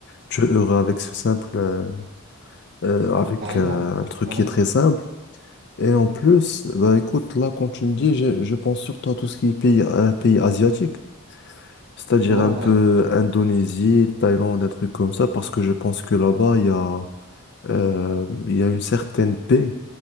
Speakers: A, on the left (about 50°); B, on the right (about 50°).
A: tu es heureux avec ce simple, euh, euh, avec
B: Carrément.
A: euh, un truc
B: Ouais.
A: qui est très simple. Et en plus, bah écoute, là, quand tu me dis, je, je pense surtout à tout ce qui est pays, euh, pays asiatique, c'est-à-dire
B: Oh,
A: un peu
B: ouais.
A: Indonésie, Thaïlande, un truc comme ça, parce que je pense que là-bas, il y a, euh, il y a une certaine paix